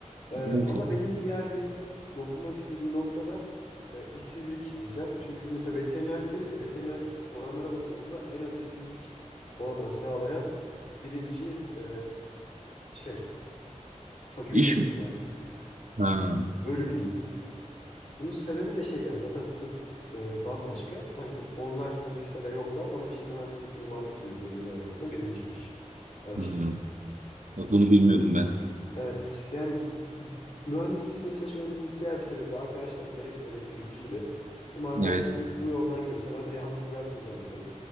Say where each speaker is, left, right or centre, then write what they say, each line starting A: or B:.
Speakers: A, on the left; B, on the right.
A: Ee,
B: Evet.
A: ama benim diğer bir dokunmak istediğim nokta da e, işsizlik diyeceğim. Çünkü mesela veterinerlik dedik ya veterinerlik oranlara bakıldığında en az işsizlik olanağı sağlayan birinci e, şey fakülte
B: İş
A: mi
B: mi?
A: diyeyim artık
B: Ha.
A: bölüm diyeyim. Bunun sebebi de şey yani zaten tıp e, bambaşka. Hani o- onlar bu listede yoklar ama işte mühendislik, mimarlık gibi bölümler arasında birinciymiş araştırmalar.
B: Hmm. Bak bunu bilmiyordum ben.
A: Evet yani mühendisliği de seçmemin diğer bir sebebi de arkadaşlarım da hepsi elektrikçiydi. Dedim arkadaşlarım
B: Evet.
A: bu yoldan gidiyorsa ben de yalnız bırakmayacağım dedim.